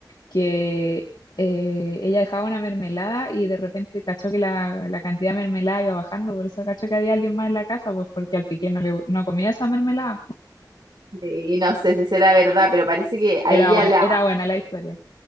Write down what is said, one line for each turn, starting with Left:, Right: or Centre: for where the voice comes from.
Left: que eh, ella dejaba una mermelada y de repente cachó que la, la cantidad de mermelada iba bajando, por eso cachó que había alguien más en la casa, pues porque al piqué no, le, no comía esa mermelada.
Right: Sí, no sé si será verdad, pero parece que a
Left: Era
Right: ella
Left: buena,
Right: la,
Left: era buena la historia